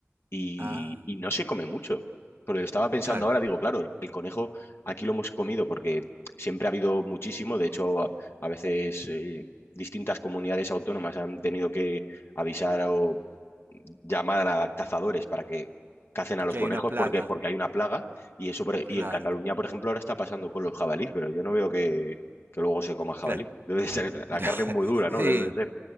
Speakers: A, on the left (about 55°); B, on the right (about 50°).
A: y,
B: Ah,
A: y no se come mucho. Pero estaba pensando
B: claro.
A: ahora, digo, claro, el, el conejo aquí lo hemos comido porque siempre ha habido muchísimo. De hecho, a, a veces eh, distintas comunidades autónomas han tenido que avisar o llamar a cazadores para que cacen a los
B: Que
A: conejos
B: hay una plaga.
A: porque, porque hay una plaga y eso por- y
B: Claro.
A: en Cataluña, por ejemplo, ahora está pasando con los jabalíes, pero yo no veo que, que luego se coma jabalí.
B: Claro.
A: <laughs> Debe de ser, la
B: <laughs>
A: carne es muy dura,
B: Sí,
A: ¿no? Debe de ser,